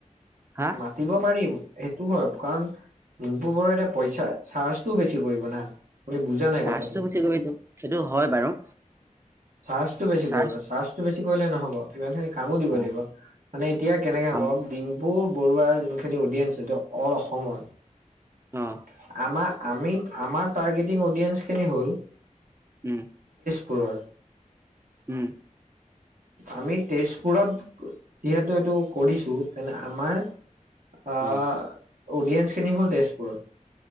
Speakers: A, on the right; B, on the right.
A: হা
B: মাতিব পাৰিম সেইটো হয় কাৰণ দিম্পু বৰু এতিয়া পইচা চাৰ্জটোও বেছি কৰিব না। আপুনি বুজা নাই
A: চাৰ্জটো
B: কথাটো
A: গুি গ এইটো সেইটো হয় বাৰু।
B: চাৰ্জটো বেছি
A: চাৰ্জ
B: কৰিব চাৰ্জটো বেছি কৰিলে নহব ইমান খিনি কামো দিব
A: অ',
B: লাগিব। মানে এতিয়া কেনেকে
A: আম
B: হ'ব ডিম পু বৰুৱাৰ যোনখিনি অডিয়েঞ্চ এইটো অল অসমৰ
A: অ',
B: আমাৰ আমি আমাৰ টাৰ্গেটিং অডিয়েন্স খিনি হ'ল।
A: উম,
B: কুকুৰৰ।
A: উম,
B: আমি তেজপুৰত যিহেতু এইটো কৰিছো তেনে আমাৰ আহ,
A: অ',
B: অডিয়েঞ্চ খিনি হ'ল তেজপুৰত